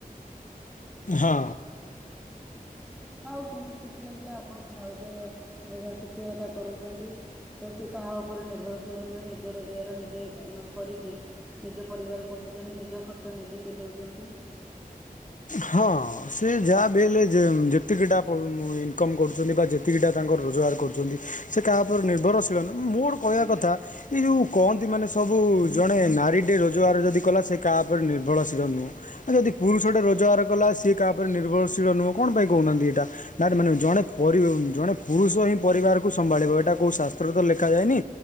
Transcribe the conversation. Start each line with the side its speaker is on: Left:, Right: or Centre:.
Left: ହଁ।
Centre: ଆଉ ଶୁଣିକି ଖୁସି ଲାଗିଲା ଆପଣଙ୍କ ଭାଉଜ ଶିକ୍ଷକତା କରୁଛନ୍ତି। ତ ସେ କାହା ଉପରେ ନିର୍ଭରଶୀଳ ନୁହେଁ ନିଜ ରୋଜଗାର ନିଜେ ମାନେ କରିକି ନିଜ ପରିବାର ପୋଷୁଛନ୍ତି ନିଜ ଖର୍ଚ୍ଚ ନିଜେ ତୁଲଉଛନ୍ତି।
Left: ହଁ ସେ ଯାହା ବି ହେଲେ ଯେତିକିଟା ଇନକମ୍ କରୁଛନ୍ତି ବା ଏତିକିଟା ତାଙ୍କର ରୋଜଗାର କରୁଚନ୍ତି ସେ କାହା ଉପରେ ନିର୍ଭରଶୀଳ ନୁହେଁ ମୋଡ଼ କହିବା କଥା ଏ ଯୋଉ କହନ୍ତି ମାନେ ସବୁ ଜଣେ ନାରୀଟିଏ ରୋଜଗାର ଯଦି କଲା ସେ କାହା ଉପରେ ନିର୍ଭରଶୀଳ ନୁହଁ। ଆଉ ଯଦି ପୁରୁଷଟେ ରୋଜଗାର କଲା ସିଏ କାହା ଉପରେ ନିର୍ଭରଶୀଳ ନୁହଁ କଣ ପାଇଁ କହୁନାହାନ୍ତି ଏଟା? ନାରୀ ମାନେ ଜଣେ ପରି ଜଣେ ପୁରୁଷ ହିଁ ପରିବାରକୁ ସମ୍ଭାଳିବ ଏଟା କୋଉ ଶାସ୍ତ୍ରରେ ତ ଲେଖାଯାଏନି।